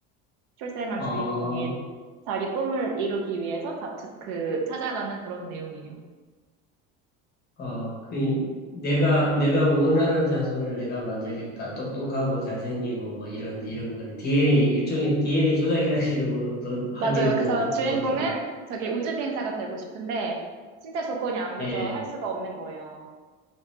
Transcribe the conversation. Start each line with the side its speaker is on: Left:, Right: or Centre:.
Right: 출생한
Left: 아,
Right: 주인공이 자기 꿈을 이루기 위해서 다, 투- 그, 찾아가는 그런 내용이에요.
Left: 아, 그, 내가, 내가 원하는 자손을 내가 만들겠다. 똑똑하고 잘생기고, 뭐, 이런, 이런 거는 DNA, 일종의 DNA 조작이라기도 뭐, 더 하기도
Right: 맞아요. 그래서
Left: 좀 그렇고,
Right: 주인공은
Left: 좀,
Right: 저기 우주 비행사가 되고 싶은데, 진짜 조건이 안 돼서
Left: 예,
Right: 할 수가 없는 거예요.